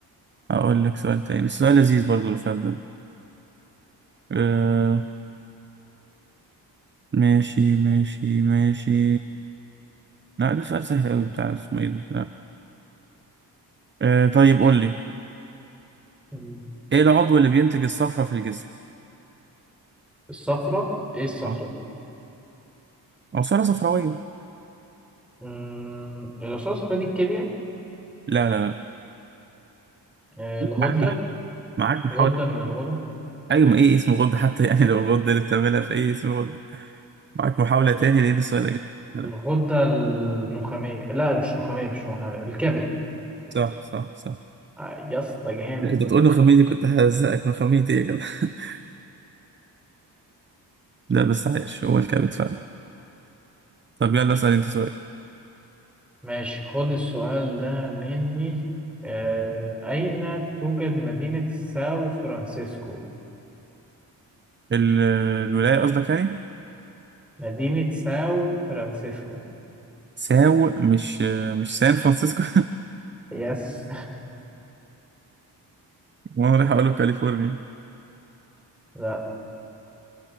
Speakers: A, on the right; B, in the centre.
A: اقول لك سؤال تاني السؤال لذيذ برضو اللي فات ده آه ماشي ماشي ماشي لا ده سؤال سهل قوي بتاع اسمه ايه ده لا. آه طيب قول لي
B: مم.
A: ايه العضو اللي بينتج الصفرة في الجسم؟
B: الصفرة إيه الصفرة
A: آه،
B: دي؟
A: عصارة صفراوية
B: امم الأصوات الصفرا دي الكلية
A: لا لا لا
B: آه، الغدة
A: معاك مح... معاك محاولة
B: غدة من الغدة
A: ايوه ما ايه اسم الغدة حتى يعني لو الغدة اللي بتعملها في ايه اسم الغدة معاك محاولة تانية لأن السؤال إجابة فعلا.
B: الغدة النخامية لا مش نخامية مش نخامية الكبد
A: صح صح صح
B: آه، يا اسطى جامد
A: كنت تقول له خميني دي كنت ههزقك من خمينتي إيه كده <laughs> لا بس عايش هو الكابت فعلا طب يلا اسأل أنت سؤال
B: ماشي خد السؤال ده مني آه، أين توجد مدينة ساو فرانسيسكو؟
A: ال- الولاية قصدك يعني
B: مدينة ساو فرانسيسكو
A: ساو مش مش سان فرانسيسكو
B: يس
A: <laughs> وأنا رايح أقوله كاليفورنيا
B: <laughs> لا